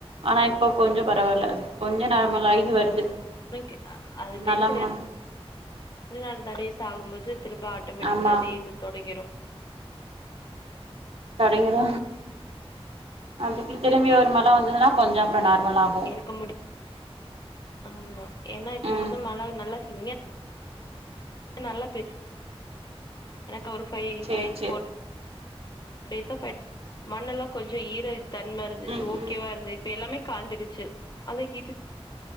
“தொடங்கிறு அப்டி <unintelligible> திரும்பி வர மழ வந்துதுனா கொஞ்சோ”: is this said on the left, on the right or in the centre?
Right